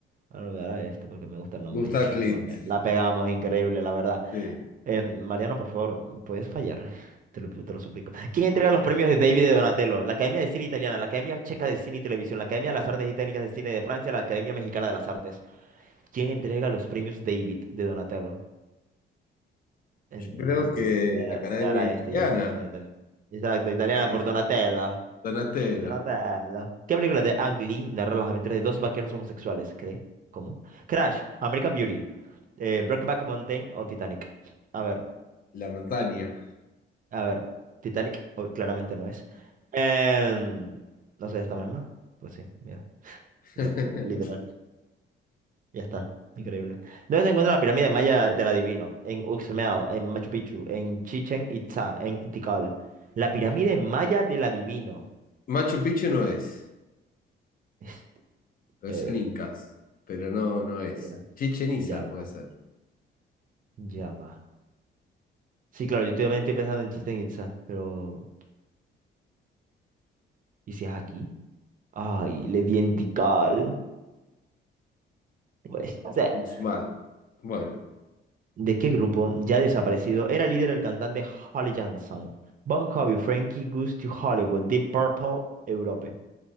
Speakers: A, on the right (about 45°); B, on the left (about 45°).
A: Bueno, voy a dar a este porque me gusta el nombre
B: Gustav
A: y ya está.
B: Clint.
A: Bueno, mira, la pegamos, increíble, la verdad.
B: Sí.
A: Em, Mariano, por favor, puedes fallar. <laughs> Te lo, te lo suplico. ¿Quién entrega los premios de David de Donatello? La Academia de Cine Italiana, la Academia Checa de Cine y Televisión, la Academia de las Artes y Técnicas de Cine de Francia, la Academia Mexicana de las Artes. ¿Quién entrega los premios David de Donatello? eh,
B: Yo
A: no
B: creo
A: me acuerdo.
B: que
A: Voy a,
B: la Academia
A: voy a la
B: Italiana,
A: este y ya está. Bueno, italiana. Exacto, italiana
B: sí,
A: por Donatello.
B: sí. Donatello,
A: Donatello. ¿Qué película de Ang Lee narra las aventuras de dos vaqueros homosexuales? ¿Cree? ¿Cómo? Crash, American Beauty, eh, Brokeback Mountain o Titanic. A ver,
B: la montaña.
A: a ver. Titanic oh, claramente no es. Em, no sé, esta misma. Pues sí, mira.
B: <laughs>
A: la- Literalmente. Ya está, increíble. ¿Dónde se encuentra la pirámide maya del adivino? En Uxmal, en Machu Picchu, en Chichen Itza, en Tikal. La pirámide maya del adivino.
B: Machu Picchu no es,
A: Este,
B: pues
A: eh,
B: son incas, pero no, no es.
A: ya
B: Chichen Itza
A: ya va,
B: puede ser.
A: ya va. Sí, claro, yo también estoy pensando en Chichen Itza, pero ¿y si es aquí? Ay, le di en Tikal. No Puede ser.
B: Uxmal. Bueno,
A: ¿De qué grupo, ya desaparecido, era líder el cantante Holly Johnson? Bon Jovi, Frankie Goes to Hollywood, Deep Purple, Europe.